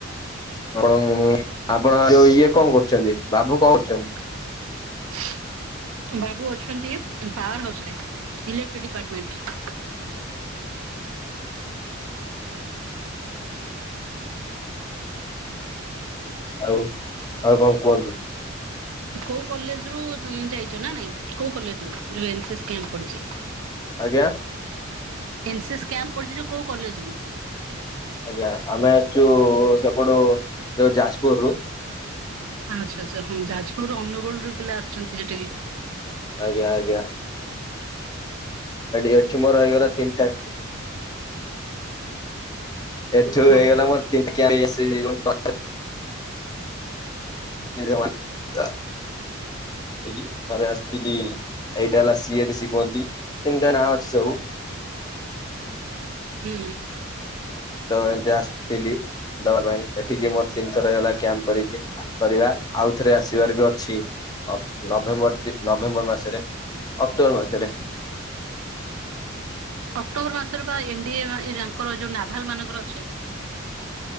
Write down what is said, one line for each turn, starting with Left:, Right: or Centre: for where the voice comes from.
Left: ଅରଙ୍ଗ ଆପଣ ଯୁ ଇଏ କଣ କରୁଛନ୍ତି? ବାବୁ କଣ କରୁଚନ୍ତି?
Right: <inaudible> ବାବୁ ଅଛନ୍ତି ପାୱାର ହାଉସ୍ ରେ ଇଲେକ୍ଟ୍ରି ଡିପାର୍ଟମେଣ୍ଟ।
Left: ଆଉ ଆଉ କଣ କୁହନ୍ତୁ।
Right: କୋଉ କଲେଜ ରୁ ଯାଇଚନା ନାଇଁ କୋଉ କଲେଜ ରୁ ଯୋଉ ଏନ ସି ସି କ୍ୟାମ୍ପ ପଡି଼ଚି।
Left: ଆଜ୍ଞା।
Right: ଏନ୍ ସେ ସ୍ କ୍ୟାମ୍ପ ପଡି଼ଚି ଯୋଉ କଲେଜ ରୁ?
Left: ଆଜ୍ଞା ଆମେ ଆସିଚୁ ସେପଟୁ ଯୋଉ ଯାଜପୁରରୁୁ।
Right: ଆଚ୍ଛା ଆଛା ହଁ ଯାଜପୁର ଅନୁଗୋଳ ର ପିଲା ଆସଚନ୍ତି ସେଠିକି।
Left: ଆଜ୍ଞା ଆଜ୍ଞା। ଏଠି ମୋର ହେଇଗଲା ତିନିଟା ଏଠୁ
Right: ହଉ
Left: ହେଇଗଲା ମୋର <unintelligible> <unintelligible> ଏଇ ଥରେ ଆସିଥିଲି ଏଇଟା ହେଲା ସିଏଡ କୁହନ୍ତି ତିନିଟା ନାଁ ଅଛି ସବୁ।
Right: ହୁଁ।
Left: ତ ଏମିତି ଆସିଥିଲି ଦବା ପାଇଁ ଏଠିକି ମୋର ତିନି ଥର ହେଇଗଲା କ୍ୟାମ୍ପ କରିକି। କରିବା ଆଉଥରେ ଆସିବାର ବି ଅଛି ଅକ୍ ନଭେମ୍ବର ଡି ନଭେମ୍ବର ମାସରେ। ଅକ୍ଟୋବର ମାସରେ।
Right: ଅକ୍ଟୋବର ମାସରେ ବା ଏନ୍ଡିଏ ଆଙ୍କର ଯୋଉ ନାଭାଲ ମାନଙ୍କର ଅଛି।